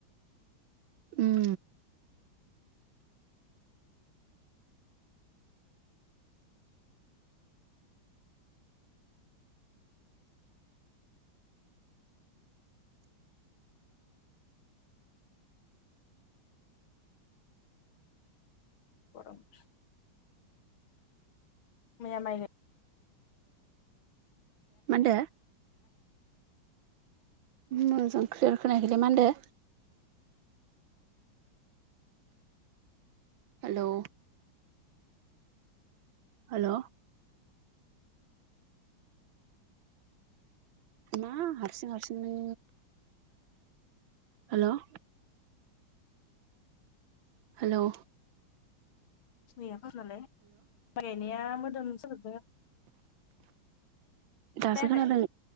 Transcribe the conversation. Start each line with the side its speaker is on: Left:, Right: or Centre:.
Right: उम
Left: <unintelligible> मैया माइ
Right: मा होनदो? मोजां क्लियार खोनाखैलै मा होनदो? हेलौ हेल' मा हारसिं हारसिंनो हेल' हेल'
Left: मैया फार्सथ नालाय माइ गायनाया मोदोम साजोबदो
Right: दासो
Left: खोनाखै
Right: खोनादों